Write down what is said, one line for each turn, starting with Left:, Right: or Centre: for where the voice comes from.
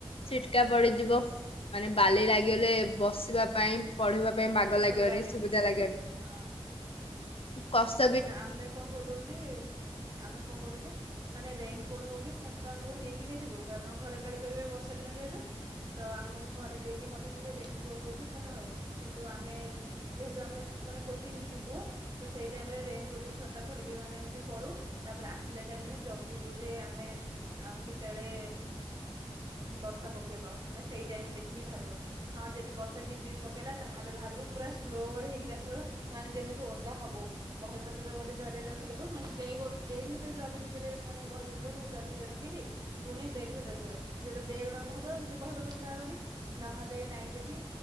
Left: ଛିଟକା ପଡିଯିବ, ମାନେ ବାଲି ଲାଗ ଗଲେ ବସିବା ପାଇଁ ପଢିବା ପାଇଁ ବାଗ ଲାଗିବନି
Right: ଭଲ ଲାଗେନି
Left: ସୁବିଧା
Right: ଟିକେ
Left: ଲାଗିବନି।
Right: ହଁ
Left: କସ
Right: ନା ଆମେ କଣ କରୁ ଯେ ଆମେ କଣ କରୁ ଯେ ମାନେ ରେନକୋଟ ହଉ କି ଛତା ହଉ ନେଇକି ଯାଇଥିବୁ କାରଣ ଘରେ ଗାଳି କରିବେ ବର୍ଷା ଦିନ ଯେହେତୁ ତ ଆମକୁ ଘରେ ଦେଇକି ପଠେଇଥିବେ ରେନକୋଟ ହଉ କି ଛତା ହଉ। କିନ୍ତୁ ଆମେ ଯେହେତୁ ଆମେ ମାନେ କୋଚିଂ ଯିବୁ ତ ସେଇ ରେ ଆମେ ରେନକୋଟ କି ଛତା ଖୋଲିକି ମାନେ ଏମତି ପଳଉ, ତାପରେ ଆସିଲା ଟାଇମରେ ଜଗିବୁ ଯେ ଆମେ ଆ କେତେବେଳେ ବର୍ଷା ପକେଇବ ମାନେ ସେଇ ଟାଇମ ଦେଖିକି ବାହାରିବ। ହଁ ଯଦି ବର୍ଷା ଝିପଝିପି ପକେଇଲା ତାହେଲେ ବାହାରକୁ ପୁରା ସ୍ଲୋ ରେ ହେଇକି ଆସିବ। ମାନେ ଯେମିତି ଓଦା ହବ। ବହିପତ୍ର ଗୋଟେ ଜରିରେ ରଖିଦେବୁ, ମାନେ ବେଗ ଓ ବେଗ ଭିତରେ ଜରି ଭିତରେ ମାନେ ବହିପତ୍ରକୁ ଜରି ଭିତରେ ରଖିକିରି ପୁଣି ବେଗ୍ ଭିତରେ ରଖିଦବୁ। ଯଦି ବେଗ ଟା ଓଦା ହବ କିନ୍ତୁ ବହି ପତ୍ର ଅଦା ହବନି। ନହେଲେ ନାଇଁ ଯଦି